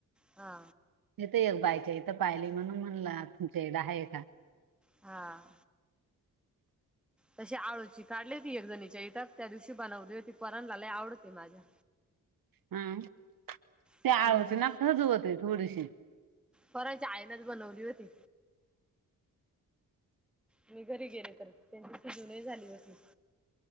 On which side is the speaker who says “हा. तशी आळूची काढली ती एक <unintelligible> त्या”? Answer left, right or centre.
Centre